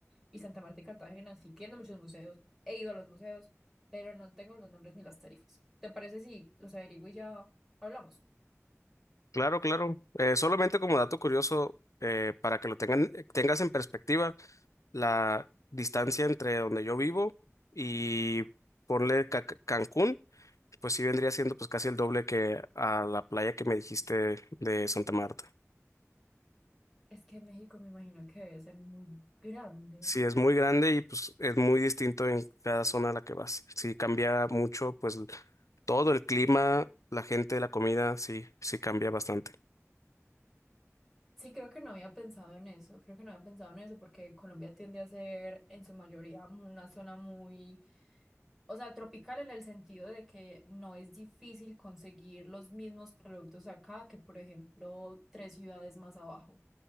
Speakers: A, in the centre; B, on the left.
A: y Santa Marta y Cartagena, sí tienen muchos museos. He ido a los museos, pero no tengo los nombres ni las tarifas. ¿Te parece si los averiguo y ya hablamos?
B: Claro, claro. Eh, solamente como dato curioso, eh, para que lo tengan, tengas en perspectiva, la distancia entre donde yo vivo y ponle Ca- Cancún. Pues sí vendría siendo pues casi el doble que a la playa que me dijiste de Santa Marta.
A: Es que en México me imagino que debe ser muy grande.
B: Sí, es muy grande y pues es muy distinto en cada zona a la que vas. Sí, cambia mucho pues todo el clima, la gente, la comida, sí, sí cambia bastante.
A: Sí, creo que no había pensado en eso, creo que no había pensado en eso porque Colombia tiende a ser en su mayoría una zona muy, o sea, tropical en el sentido de que no es difícil conseguir los mismos productos acá que, por ejemplo, tres ciudades más abajo